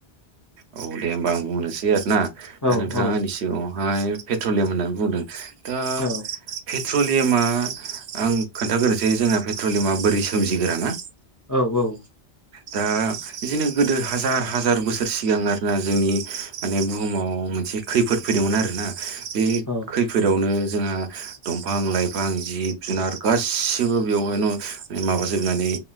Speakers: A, on the right; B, on the left.
A: औ दे होमबा आं बुंनोसै आरोना
B: औ
A: दा नोंथाङा
B: औ
A: आंनि सिगाङावहाय पे ट्रलियाम होननानै बुंदों दा
B: औ
A: पेट्रलियामा आं खोन्थाग्रोसै जोंना पेट्रलियामा बोरै सोमजिगोरा ना
B: औ औ
A: दा बिदिनो गोदो हाजार हाजार बोसोर सिगां आरोना जोंनि माने बुहुमाव मोनसे खैफोद फैदोंमोन आरोना बे
B: औ
A: खैफोदावनो जोंहा दंफां लाइफां जिब जुनार गासिबो बेवहायनो माबाजोबनानै